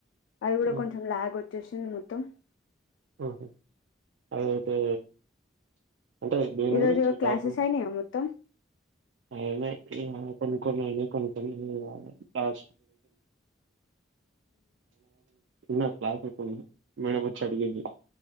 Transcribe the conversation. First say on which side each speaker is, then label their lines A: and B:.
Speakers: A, on the left; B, on the right.
A: అది కూడా
B: ఉమ్,
A: కొంచెం లాగ్ వచ్చేసింది చి మొత్తం
B: హ అదయితే అంటే దేని
A: ఈ
B: గురి
A: రోజు
B: చకు
A: క్లాసెస్ అయినాయా మొత్తం
B: ఆయన కొన్ని కొ అనే కొకని పలవా ఇన్న క్లాస్ మేనపచ్చి అడిగడి